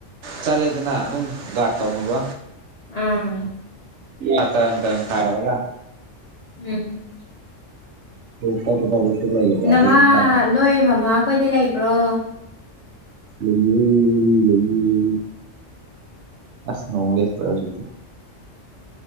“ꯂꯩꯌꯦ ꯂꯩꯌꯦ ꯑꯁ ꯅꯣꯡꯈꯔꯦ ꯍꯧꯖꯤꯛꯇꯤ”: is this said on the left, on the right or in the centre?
Right